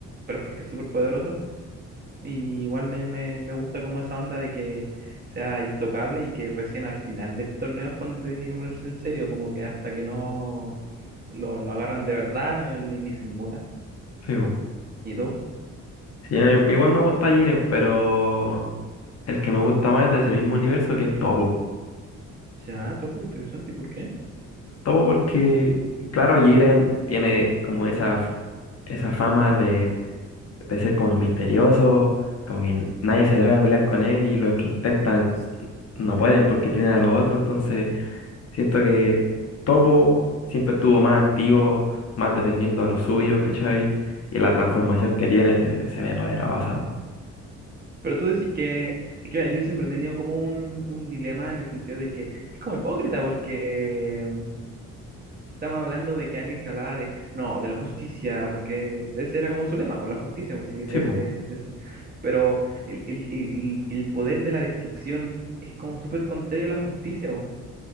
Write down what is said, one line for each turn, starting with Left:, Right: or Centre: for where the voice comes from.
Right: pero es porque es súper poderoso. Y igual me, me, me gusta como esa onda de que sea intocable y que recién al final del torneo es cuando tiene que ponerse en serio, como que hasta que no lo, lo agarran de verdad, él ni, ni se inmuta.
Left: Sí, po.
Right: ¿Y tú?
Left: Sí, a- igual me gusta Jiren, pero el que me gusta más es de ese mismo universo que es Topo.
Right: Ya, topo, interesante, ¿y por qué?
Left: Topo porque, claro, Jiren tiene como esa, f- esa fama de, de ser como misterioso, como que n- nadie se atreve a pelear con él y los que intentan s- no pueden porque tienen a los otros, entonces siento que Topo siempre estuvo más activo, más defendiendo a los suyos, ¿cachai? Y la transformación que tiene se, se ve poderosa. po.
Right: Pero tú decís que, es que mira, yo siempre he tenido como un, un dilema en el sentido de que es como hipócrita porque Estamos hablando de que alguien que hablaba de, no, de la justicia, porque ese era como su lema, por la justicia, pues sí, de,
Left: Sí, po,
Right: de- de eso. Pero el, el- el- el poder de la destrucción es como súper contrario a la justicia, po.